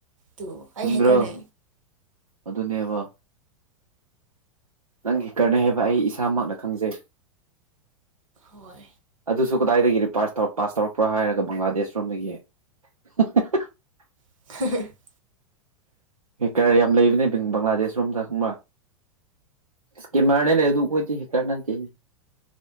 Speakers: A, on the right; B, on the right.
A: ꯇꯨ ꯑꯩ
B: ꯆꯨꯝꯗ꯭ꯔꯣ
A: ꯍꯦꯛꯀꯔꯅꯦ
B: ꯑꯗꯨꯅꯦꯕ ꯅꯪꯒꯤ ꯍꯦꯛꯀꯔꯅꯦ ꯍꯥꯏꯕ ꯑꯩ ꯏꯁꯥꯃꯛꯅ ꯈꯪꯖꯩ
A: ꯍꯣꯏ
B: ꯑꯗꯨꯁꯨ ꯀꯗꯥꯏꯗꯒꯤ ꯔꯤꯄꯥꯥꯁ ꯄꯥꯁ ꯇꯧꯔꯛ꯭ꯄꯔ ꯍꯥꯏꯒ ꯕꯪꯒ꯭ꯂꯥꯗꯦꯁ ꯔꯣꯝꯗꯒꯤ <inaudible>
A: <unintelligible>
B: ꯀꯔ <unintelligible> ꯌꯥꯝ ꯂꯩꯕꯅꯦ ꯕꯪꯒ꯭ꯂꯥꯗꯦꯁ ꯔꯣꯝꯗ ꯈꯪꯕ ꯏꯁꯀꯤꯝꯃꯔꯗꯅꯦ ꯑꯗꯨ ꯈꯣꯏꯗꯗꯤ ꯍꯦꯛ ꯀꯥꯟꯅꯗꯦ